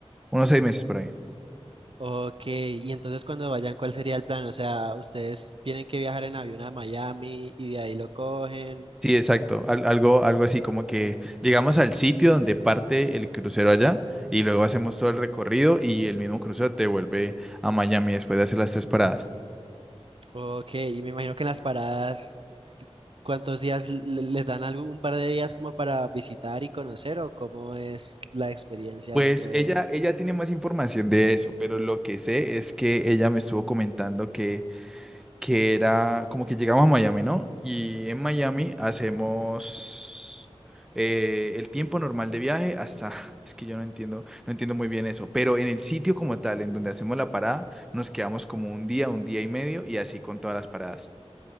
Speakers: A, in the centre; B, on the right.
A: Unos seis meses por ahí.
B: Ok. Y entonces cuando vayan, ¿cuál sería el plan? O sea, ¿ustedes tienen que viajar en avión a Miami y de ahí lo cogen?
A: Sí, exacto. Al- algo, algo así, como que llegamos al sitio donde parte el crucero allá y luego hacemos todo el recorrido y el mismo crucero te vuelve a Miami después de hacer las tres paradas.
B: Ok. Y me imagino que en las paradas, ¿cuántos días le- les dan algún un par de días como para visitar y conocer o cómo es la experiencia
A: Pues
B: dentro de...
A: ella, ella tiene más información de eso, pero lo que sé es que ella me estuvo comentando que, que era como que llegamos a Miami, ¿no? Y en Miami hacemos eh, el tiempo normal de viaje hasta, <laughs> es que yo no entiendo, no entiendo muy bien eso, pero en el sitio como tal, en donde hacemos la parada, nos quedamos como un día, un día y medio y así con todas las paradas.